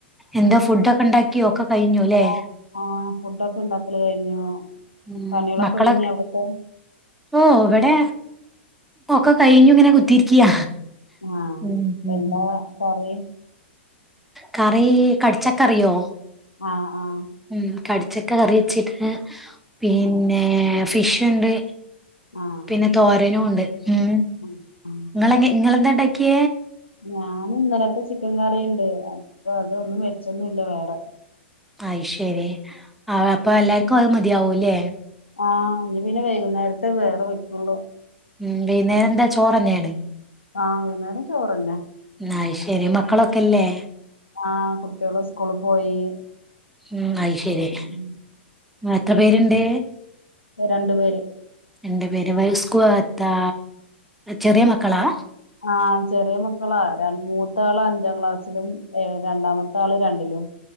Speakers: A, in the centre; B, on the left.
A: എന്താ ഫുഡക്കെ ഉണ്ടാകിയോ ഒക്കെ കഴിഞ്ഞുല്ലേ
B: അ ആ ഫുഡോക്കെ ണ്ടാക്കല് കഴിഞ്ഞു
A: ഉം
B: പണിളൊക്കെ
A: മക്കളൊക്കെ
B: ഒരുങ്ങി അവിടേക്കെ
A: ഓ വടെ ഒക്കെ കഴിഞ്ഞുങ്ങനെ കുത്തിരിക്ക
B: ആഹ്
A: ഉം ഉം
B: എന്താ കറി
A: കറി കടിച്ചക്കറിയോ
B: ആ ആ
A: ഉം കടിച്ചക്ക കറി വെചികണ് പിന്നെ
B: ആഹ്
A: ഫിഷിണ്ട്
B: ആഹ്
A: പിന്നെ തോരനുണ്ട് ഉം
B: ആഹ് ആഹ്
A: ങ്ങളെ ങ്ങളെന്തേണ്ടാക്കി
B: ഞാനിന്നലത്തെ ചിക്കം കറിണ്ട് അപ്പതൊന്നും വെച്ചോന്നുല്ല വേറ
A: അയിശരി അവ അപ്പ എല്ലാർക്കും അത് മതിയാകുലേ
B: ആ ഞ് പിന്നെ വൈകുന്നേരത്ത വേറെ വെക്കുള്ളു
A: ഉം പിന്നെ ന്താ ചോറെന്നാണ്
B: ആ വൈന്നേരം ചോറെന്നെ
A: അഹ് ശരി മക്കളൊക്കല്ലേ
B: ആ കുറ്റോൾ സ്കോള് പോയി
A: ഉം അഹ് ശ ങേഹ്
B: ഉം
A: ങ്ങളെത്ര പേരെണ്ട്
B: രണ്ടു പേര്
A: എന്റെ പേര് വയസ്ക്കോളത്താ ചെറിയ മക്കളാ
B: ആ ചെറിയ മക്കളാ രൺ മൂത്താള് അഞ്ചാം ക്ലാസ്സിലും ഏ രണ്ടാമത്താള് രണ്ടിലും